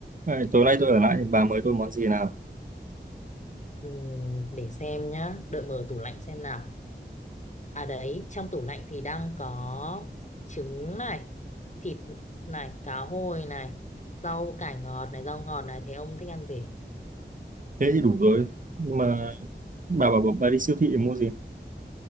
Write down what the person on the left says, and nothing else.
Ừm, để xem nhá, đợi mở tủ lạnh xem nào. À đấy, trong tủ lạnh thì đang có trứng này, thịt này, cá hồi này, rau cải ngọt này, rau ngọt này. Thế ông thích ăn gì?